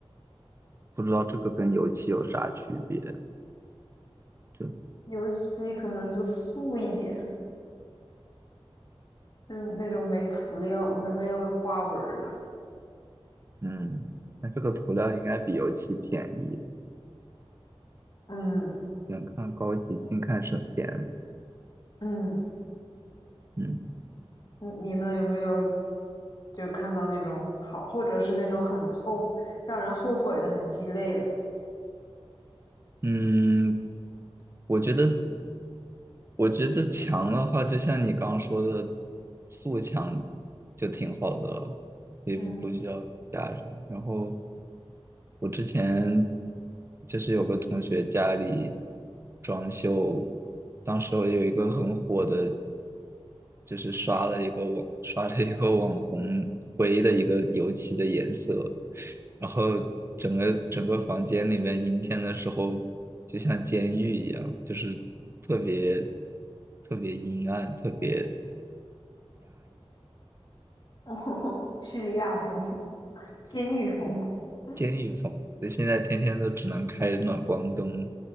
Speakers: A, on the right; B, on the left.
A: 不知道这个跟油漆有啥区别。就
B: 尤其可能就素一点，就是那种没涂料、没没有花纹儿的。
A: 嗯，那这个涂料应该比油漆便宜，
B: 嗯
A: 远看高级，近看省钱。
B: 嗯，
A: 嗯
B: 你你呢？有没有就看到那种好，或者是那种很后让人后悔的、很鸡肋的？
A: 嗯，我觉得我觉得墙的话，就像你刚刚说的，素墙就挺好的了，也不不需要加上。
B: 嗯，
A: 然后我之前就是有个同学家里装修，当时有一个很火的。就是刷了一个网刷了一个网红灰的一个油漆的颜色，然后整个整个房间里面阴天的时候就像监狱一样，就是特别特别阴暗，特别
B: <laughs> 叙利亚风、监狱风，<laughs>
A: 监狱风。所以现在天天都只能开暖光灯，